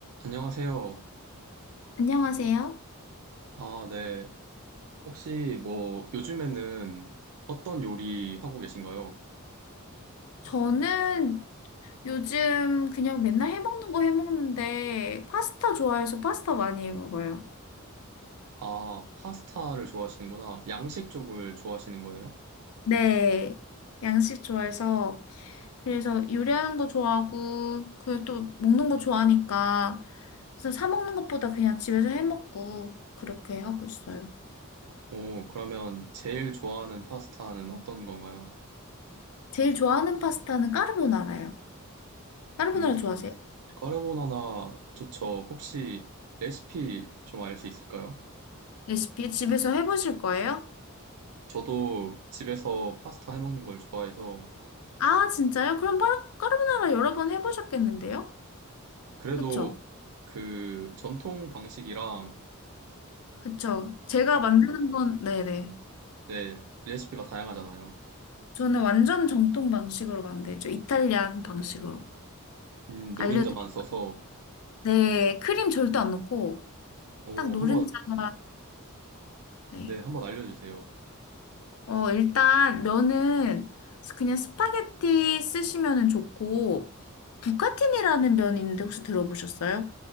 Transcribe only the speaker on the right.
안녕하세요.
아, 네. 혹시 뭐 요즘에는 어떤 요리 하고 계신가요?
아, 파스타를 좋아하시는구나. 양식 쪽을 좋아하시는 거예요?
오, 그러면 제일 좋아하는 파스타는 어떤 건가요?
음,
카르보나나 좋죠. 혹시 레시피 좀 알 수 있을까요?
저도 집에서 파스타 해먹는 걸 좋아해서
그래도
그 전통 방식이랑
네, 레시피가 다양하잖아요.
음, 노른자만
써서,
오,
한 번,
네, 한 번 알려주세요.